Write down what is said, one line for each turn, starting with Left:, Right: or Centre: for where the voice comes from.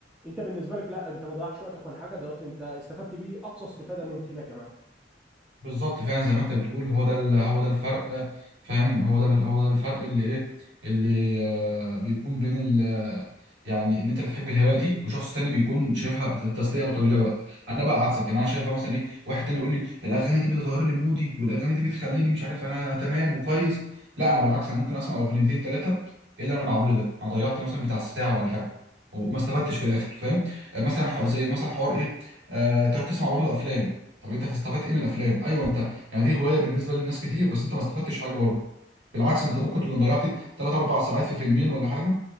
Centre: انت بالنسبه لك لا انت ما ضيعتش وقتك ولا حاجه دوت انت استفدت بيه اقصى استفاده ممكنه كمان
Right: بالظبط فعلا زي ما انت بتقول هو ده ال- هو ده الفرق فاهم هو ده ال- هو ده الفرق اللي ايه اللي آه بيكون بين ال يعني ان انت بتحب الهوايه دي وشخص تاني بيكون شايفها تسليه او تضييع وقت انا بقى عكسك يعني انا شايفها مثلا ايه واحد تاني يقول لي الاغاني دي بتغير لي مودي والاغاني دي بتخليني مش عارف انا تمام وكويس لا انا بالعكس انا ممكن اسمع اغنيتين ثلاثه ايه اللي انا بعمله ده انا ضيعت مثلا بتاع ساعه ولا حاجه وما استفدتش في الاخر فاهم آه، مثلا ح- زي مثلا حوار ايه آه تقعد تسمع برضه افلام طب انت هتستفاد ايه من الافلام ايوه انت يعني دي هوايه بالنسبه للناس كتير بس انت ما استفدتش حاجه برضه بالعكس انت ممكن تكون ضيعت 3 4 ساعات في فيلمين ولا حاجه